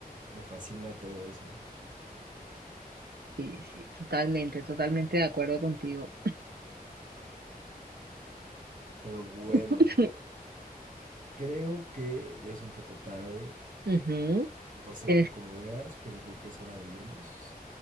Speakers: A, on the right (about 55°); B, on the right (about 85°).
A: me fascina todo eso.
B: Sí, sí, totalmente, totalmente de acuerdo contigo.
A: Pero bueno,
B: <laughs>
A: creo que ya es un poco tarde.
B: Ujú,
A: No sé
B: Tienes
A: tú cómo veas, pero creo que es hora de irnos.